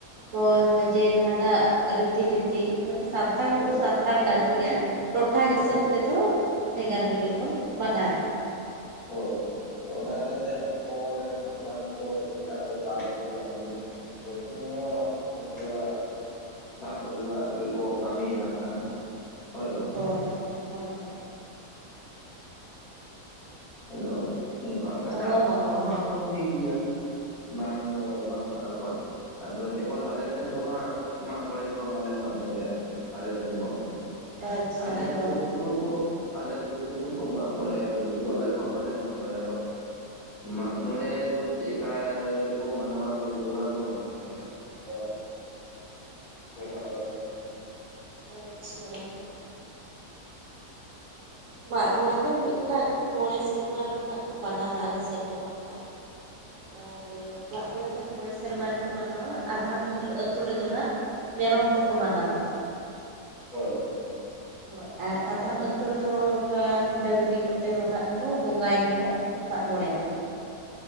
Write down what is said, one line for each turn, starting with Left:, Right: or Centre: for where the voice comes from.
Right: ᱦᱳᱭ ᱦᱳᱭ ᱡᱮ ᱡᱟᱦᱟᱱᱟᱜ ᱨᱤᱛᱤ ᱱᱤᱛᱤ ᱢᱟᱱᱮ ᱥᱟᱱ ᱥᱟᱱᱛᱟᱲ ᱫᱚᱵᱚᱱ
Left: ᱦᱳᱭ
Right: ᱥᱟᱱᱛᱟᱲ
Left: ᱟᱠᱚ
Right: ᱠᱟᱱ ᱜᱮᱭᱟ
Left: ᱛᱮ
Right: ᱴᱚᱴᱷᱟ
Left: ᱦᱳᱭ
Right: ᱦᱤᱥᱟᱹᱵ ᱛᱮᱫᱚ ᱵᱷᱮᱜᱟᱨ ᱵᱤᱜᱟ. ᱨ ᱵᱚᱱ ᱢᱟᱱᱟᱣᱮᱫᱼᱟ
Left: ᱦᱳᱭ ᱟᱫᱚ ᱚᱱᱟᱞ ᱞᱮᱠᱟᱛᱮ ᱟᱵᱚᱨᱮᱱ ᱦᱟᱯᱲᱟᱢ ᱠᱚ ᱪᱮᱠᱟ ᱠᱚ ᱥᱟᱵ ᱟᱹᱜᱩ ᱟᱠᱟᱫᱼᱟ ᱩᱱᱫᱤᱱ ᱩᱱᱠᱩᱣᱟᱜ ᱩᱱᱠᱩᱣᱟᱜ ᱥᱟᱯ ᱟᱵᱩᱣᱟᱜ ᱜᱮᱠᱚ ᱠᱟᱢᱤᱭᱟ ᱠᱷᱟᱱ ᱦᱳᱭ ᱜᱳ
Right: ᱦᱳᱭ ᱦᱳᱭ ᱦᱳᱭ
Left: ᱦᱮᱞᱳ ᱚᱱᱠᱟ ᱞᱮᱠᱟᱛᱮ
Right: ᱦᱳᱭ ᱦᱳᱭ
Left: ᱟᱠᱚᱣᱟᱜ ᱦᱚᱸ
Right: ᱦᱳᱭ
Left: ᱟᱠᱚ ᱴᱷᱤᱠ ᱜᱮᱭᱟ᱾ ᱵᱟᱝ ᱫᱚ ᱵᱟᱝ ᱠᱷᱟᱨᱟᱯᱟ ᱟᱫᱚ ᱡᱮᱢᱚᱱ
Right: ᱦᱳᱭ
Left: ᱟᱞᱮ ᱥᱮᱱ ᱫᱚ ᱦᱟᱸᱜ ᱢᱟᱜ ᱢᱚᱬᱮ ᱫᱚ ᱦᱟᱸᱜ ᱵᱟᱞᱮ ᱢᱟᱜ ᱢᱚᱬᱮᱜ-ᱟ ᱟᱞᱮ ᱥᱮᱱ ᱦᱚᱸ
Right: ᱟᱪᱪᱷᱟ
Left: ᱟᱞᱮ
Right: ᱦᱳᱭ
Left: ᱥᱩᱨ ᱥᱩᱯᱩᱨ ᱠᱚ ᱟᱞᱮ ᱥᱩᱨ ᱥᱩᱯᱩᱨ ᱠᱚ ᱢᱟᱜ ᱢᱚᱬᱮᱜ-ᱟ ᱠᱤᱱᱛᱩ ᱟᱞᱮ ᱫᱚᱦ ᱵᱟᱞᱮ ᱢᱟᱜ ᱢᱚᱬᱮᱜ-ᱟ ᱟᱫᱚ ᱢᱟᱜᱢᱚᱬᱮ ᱫᱚ ᱪᱮᱫᱠᱟᱻ ᱨᱮᱠᱚ ᱢᱟᱱᱟᱣᱟ ᱠᱭ ᱚᱱᱟ ᱫᱚ ᱦᱟᱜ <unintelligible> ᱢᱮ ᱫᱚ ᱦᱮ <unintelligible> <unintelligible>
Right: ᱟᱪᱪᱷᱟ ᱢᱟᱜ ᱢᱚᱬᱮ ᱫᱚ ᱢᱤᱫᱴᱟᱝ ᱢᱚᱬᱮ ᱥᱮᱨᱢᱟ ᱨᱮᱱᱟᱜ ᱠᱚ ᱢᱟᱱᱟᱣᱟ ᱟᱞᱮ ᱥᱮᱨᱢᱟ ᱠᱟ ᱟᱨ ᱢᱟᱜ ᱢᱚᱬᱮ ᱫᱚ ᱢᱚᱬᱮ ᱥᱮᱨᱢᱟ ᱨᱮᱠᱚ ᱢᱟᱱᱟᱣᱟ ᱟᱫᱷᱚᱢ ᱟᱹᱛᱩ ᱨᱮᱫᱚ ᱱᱟᱜ ᱢᱮᱨᱚᱢ ᱛᱮᱠᱚ ᱢᱟᱱᱟᱣᱟ
Left: ᱦᱮᱸ ᱦᱮᱸ
Right: ᱦᱳᱭ ᱟᱨ ᱟᱫᱷᱟᱱ ᱟᱹᱛᱩ ᱨᱮᱫᱚ ᱱᱚᱝᱠᱟ ᱰᱟᱹᱝᱨᱤ ᱠᱚᱛᱮ ᱦᱚᱸ ᱱᱟᱦᱟᱜ ᱠᱚ ᱵᱚᱸᱜᱟᱭ ᱜᱮᱭᱟ ᱢᱟᱜᱢᱚᱬᱮ ᱫᱚ